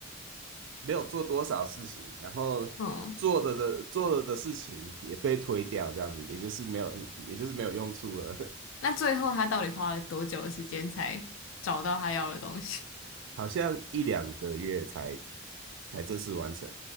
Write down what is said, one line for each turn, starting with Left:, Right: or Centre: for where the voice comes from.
Right: 没有做多少事情，然后做的的做了的事情也被推掉，
Left: 嗯，
Right: 这样子，也就是没有也就是没有用处了。<laughs>
Left: 那最后他到底花了多久的时间才找到他要的东西？
Right: 好像一两个月才才正式完成，